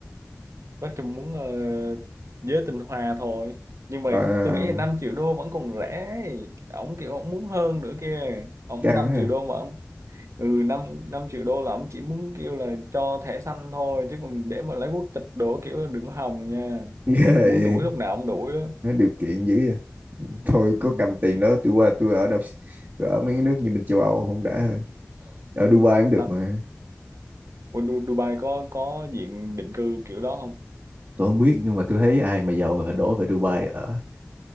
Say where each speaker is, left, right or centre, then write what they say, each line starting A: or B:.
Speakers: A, on the right (about 70°); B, on the right (about 45°).
A: Bắc Trung muốn ờ, giới tinh hoa thôi. Nhưng mà
B: Ờ,
A: tôi nghĩ là 5 triệu đô vẫn còn rẻ. Ông kiểu ông muốn hơn nữa kia. Ông
B: căng
A: 5
B: ha
A: triệu đô mà ông ừ 5 5 triệu đô là ông chỉ muốn kêu là cho thẻ xanh thôi chứ còn để mà lấy quốc tịch đổ kiểu là đừng hòng nha.
B: ghê
A: Muốn đuổi lúc nào ông đuổi đó.
B: nó điều kiện dữ vậy thôi có
A: Ừ.
B: cầm tiền đó tôi qua tôi ở đọc tôi ở mấy cái nước như bên châu Âu không đã hơn. ở Dubai cũng được
A: Đó.
B: mà
A: Ủa, Du- Dubai có có diện định cư kiểu đó không?
B: tôi không biết nhưng mà tôi thấy ai mà giàu là đổ về Dubai ở